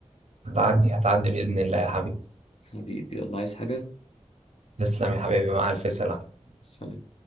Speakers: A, on the right (about 65°); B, on the left (about 55°).
A: هتعدي هتعدي باذن الله يا حبيبي
B: حبيبي يلا عايز حاجه
A: تسلم يا حبيبي مع الف سلامه
B: سلام